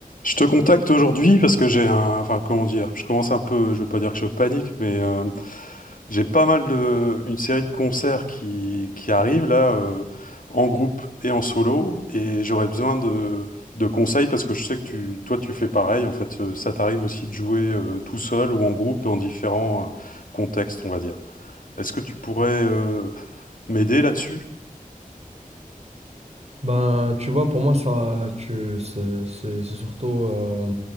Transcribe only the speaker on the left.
Je te contacte aujourd'hui parce que j'ai un, enfin comment dire, je commence un peu, je veux pas dire que je panique, mais euh, j'ai pas mal de, une série de concerts qui, qui arrivent là, euh, en groupe et en solo, et j'aurais besoin de, de conseils parce que je sais que tu, toi tu fais pareil, en fait, euh, ça t'arrive aussi de jouer euh, tout seul ou en groupe dans différents euh, contextes, on va dire. Est-ce que tu pourrais euh, m'aider là-dessus?